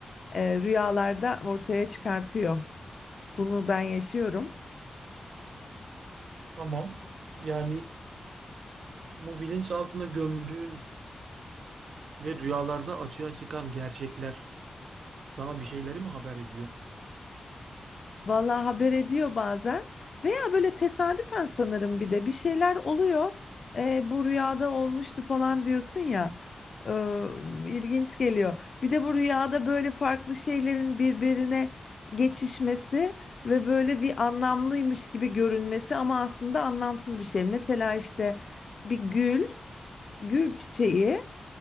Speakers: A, on the left; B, on the right.
A: e, rüyalarda ortaya çıkartıyor. Bunu ben yaşıyorum.
B: Tamam. Yani bu bilinçaltına gömdüğün ve rüyalarda açığa çıkan gerçekler sana bir şeyleri mi haber ediyor?
A: Vallahi haber ediyor bazen veya böyle tesadüfen sanırım bir de bir şeyler oluyor. Ee, bu rüyada olmuştu falan diyorsun ya. Ee, ilginç geliyor. Bir de bu rüyada böyle farklı şeylerin birbirine geçişmesi ve böyle bir anlamlıymış gibi görünmesi ama aslında anlamsız bir şey. Mesela işte bir gül, gül çiçeği,